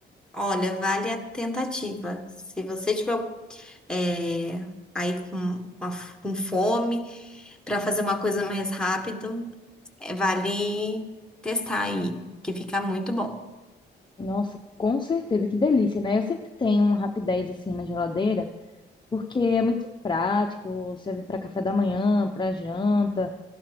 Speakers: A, in the centre; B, on the left.
A: Olha, vale a tentativa. Se você tiver é, aí com, uma f- com fome para fazer uma coisa mais rápido, é, vale testar aí, que fica muito bom.
B: Nossa, com certeza, que delícia, né? Eu sempre tenho um Rapidez assim na geladeira, porque é muito prático, serve para café da manhã, para janta,